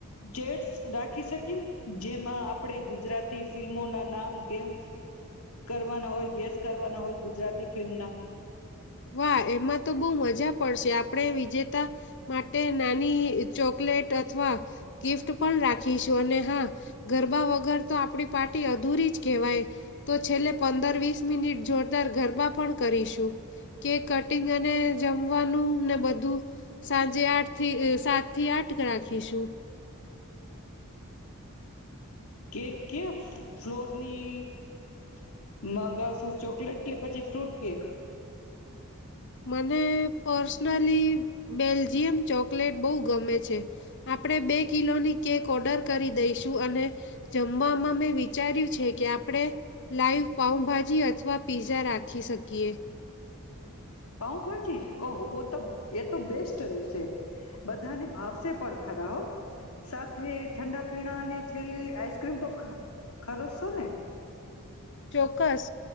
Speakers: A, on the left; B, on the left.
A: ચેયર્સ રાખી શકીએ. જેમાં આપણે ગુજરાતી ફિલ્મોના નામ ગેમ્સ કરવાના હોય ગેસ કરવાના હોય ગુજરાતી ફિલ્મના
B: વાહ એમાં તો બહુ મજા પડશે આપણે વિજેતા માટે નાની ચોકલેટ અથવા ગિફ્ટ પણ રાખીશું અને હા ગરબા વગર તો આપડી પા અધૂરી જ કહેવાય તો છેલ્લે પંદર વીસ મિનિટ જોરદાર ગરબા પણ કરીશું. કે કટિંગ અને જમવાનું ને બધું સાંજે આઠ થી સાત થી આઠ રાખીશું
A: કેક કે ફ્લોરની ગાવશું ચોકલેટ કે પછી ફ્રૂટ કેક
B: મને પર્સનાલી બેલ્જીિયમ ચોકલેટ બહુ ગમે છે આપણે બે કિલોની કેક ઓર્ડર કરી દઈશું અને જમવામાં મેં વિચાર્યું છે. કે આપણે લાઈવ પાઉભાજી અથવા પીઝા રાખી શકીએ
A: પાઉભાજી ઓહો ઓ તો એ તો બેસ્ટ રેશે બધાને ભાવશે પણ ખરા હો સાથે ઠંડા પીણાની છેલ્લી આઈસક્રીમ તો ખરસસો ને
B: ચોક્કસ